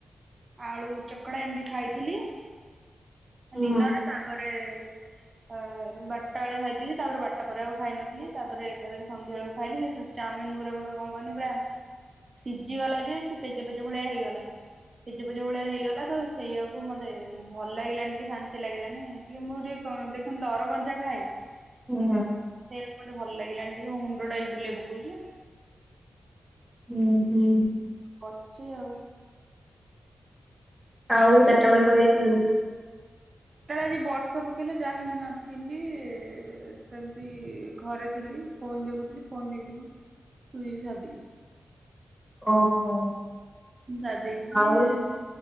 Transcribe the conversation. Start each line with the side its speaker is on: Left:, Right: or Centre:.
Right: ଆଳୁ ଚକଡା ଏମିତି ଖାଇଥିଲି।
Centre: ହୁଁ
Right: ଦିନରେ ତାପରେ ଅ ବାରଟାବେଳେ ଖାଇଥିଲି ତାପରେ ବାରଟା ପରେ ଆଉ ଖାଇନଥିଲି ତାପରେ ଏକାଥରେ ସନ୍ଧ୍ୟାବେଳକୁ ଖାଇଲି। ସେ ଚା ଚାଉମିିନ ଗୁରା ମୋର କଣ କହନି ପୁରା ସିଝିଗଲାଜେ ସେ ପେଜ ପେଜ ଭଳିଆ ହେଇଗଲା ପେଜ ପେଜ ଭଳିଆ ହେଇଗଲା ତ ସେଇଆକୁ ମତେ ଭଲ ଲାଗିଲାନି ଟିକେ ଶାନ୍ତି ଲାଗିଲାନି ଟିକେ ମୋର ଟିକେ ଦେଖିନୁ ଦର କଞ୍ଚା ଖାଏ।
Centre: ହୁଁ।
Right: ସେଇଆକୁ ମତେ ଭଲ ଭଲଲାଗିଲାନି ଟିକେ ମୋ ମୁଣ୍ଡ ଟା ବି ବୁଲେଇ ପକଉଛି
Centre: ହୁଁ। ହୁଁ
Right: ବସଛି ଆଉ।
Centre: ଆଉ
Right: <unintelligible>
Centre: ଚାରିଟା ବେଳେ କୁଆଡେ ଯାଇଥିଲୁ?
Right: ଚାରିଟାବେଳେ ଆଜି ବର୍ଷା ବର୍ଷା ପକେଇଲା ଯହିଁନଥିଲି ସେମିତି ଘରେ ଥିଲି ଫୋନ୍ ଦେଖୁଥିଲି। ଫୋନ ଦେଖି ଦେଖି ଟୁ ଜିବି ସାରିଦେଇଛି।
Centre: ଓହୋ
Right: ସାରି ଦେଇଛି
Centre: ଆଉ
Right: ସେ